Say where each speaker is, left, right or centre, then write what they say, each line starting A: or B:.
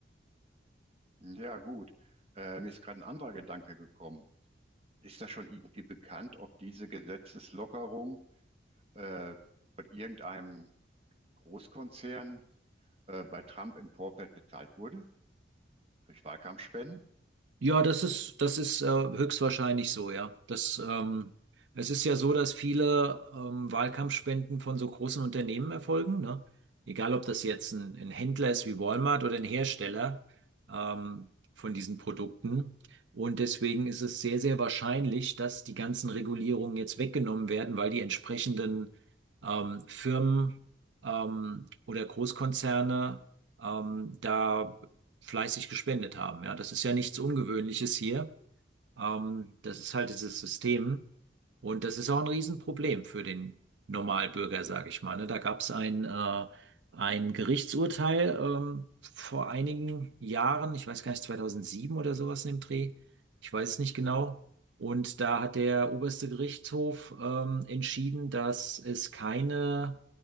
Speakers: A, on the right (about 35°); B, on the right (about 70°).
A: Ja, gut. Äh, mir ist gerade ein anderer Gedanke gekommen. Ist das schon irgendwie bekannt, ob diese Gesetzeslockerung äh, von irgendeinem Großkonzern äh, bei Trump im Vorfeld bezahlt wurde? Durch Wahlkampfspenden?
B: Ja, das ist, das ist äh, höchstwahrscheinlich so, ja. Das, ähm, es ist ja so, dass viele ähm, Wahlkampfspenden von so großen Unternehmen erfolgen, ne? Egal, ob das jetzt ein, ein Händler ist wie Walmart oder ein Hersteller ähm, von diesen Produkten. Und deswegen ist es sehr, sehr wahrscheinlich, dass die ganzen Regulierungen jetzt weggenommen werden, weil die entsprechenden ähm, Firmen ähm, oder Großkonzerne ähm, da fleißig gespendet haben. Ja, das ist ja nichts Ungewöhnliches hier. Ähm, das ist halt dieses System. Und das ist auch ein Riesenproblem für den Normalbürger, sage ich mal. Ne? Da gab es ein, äh, ein Gerichtsurteil ähm, vor einigen Jahren, ich weiß gar nicht, 2007 oder sowas in dem Dreh, ich weiß es nicht genau. Und da hat der oberste Gerichtshof ähm, entschieden, dass es keine